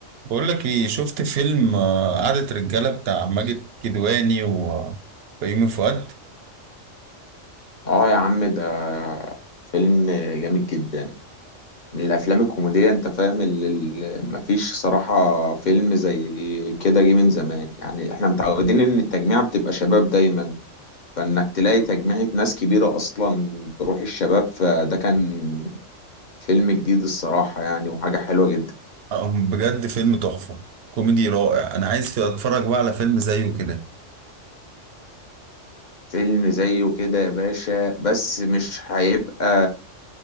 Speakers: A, on the right (about 60°); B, on the left (about 40°).
A: بقول لك ايه شفت فيلم آه، قعدة رجالة بتاع ماجد الكدواني وبيومي فؤاد
B: اه يا عم ده فيلم جامد جدا من الافلام الكوميديه انت فاهم اللي اللي مفيش صراحه فيلم زي كده جه من زمان يعني احنا متعودين ان التجميعه بتبقى شباب دايما فانك تلاقي تجميعه ناس كبيره اصلا بروح الشباب فده كان فيلم جديد الصراحه يعني وحاجه حلوه جدا
A: آه، بجد فيلم تحفة كوميدي رائع انا عايز اتفرج بقى على فيلم زيه كده
B: فيلم زيه كده يا باشا بس مش هيبقى